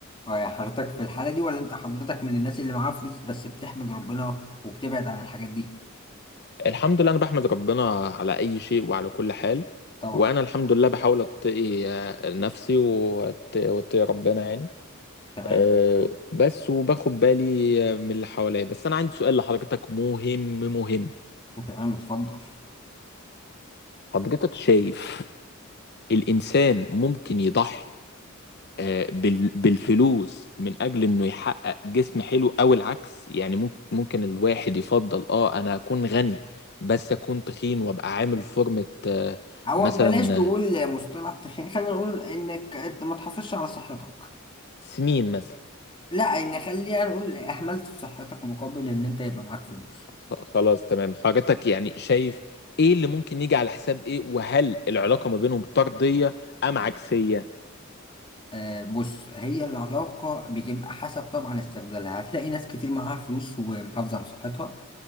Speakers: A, on the left (about 25°); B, on the left (about 50°).
A: أه يا حضرتك في الحالة دي ولا أنت حضرتك من الناس اللي معاها فلوس بس بتحمد ربنا وبتبعد عن الحاجات دي؟
B: الحمد لله انا بحمد ربنا على اي شيء وعلى كل حال
A: طبعا
B: وانا الحمد لله بحاول اتقي آه، نفسي وأت- واتقي ربنا يعني
A: تمام
B: آه، بس وباخد بالي آه، من اللي حواليا بس انا عندي سؤال لحضرتك مهم مهم
A: تمام اتفضل
B: حضرتك شايف الإنسان ممكن يضحي آه، بال- بالفلوس من اجل انه يحقق جسم حلو او العكس يعني مم- ممكن الواحد يفضل اه انا اكون غني بس اكون تخين وابقى عامل فورمة آه،
A: أو
B: مثلا
A: بلاش نقول
B: آه،
A: مصطلح تخين خلينا نقول إنك أنت ما تحافظش على صحتك
B: سمين مثلا
A: لا يعني خلينا نقول اهملت في صحتك مقابل ان انت يبقى معاك فلوس
B: خ- خلاص تمام حضرتك يعني شايف ايه اللي ممكن يجي على حساب ايه وهل العلاقة ما بينهم طردية ام عكسية
A: آه بص هي العلاقة بتبقى حسب طبعا استغلالها هتلاقي ناس كتير معاها فلوس ومحافظة على صحتها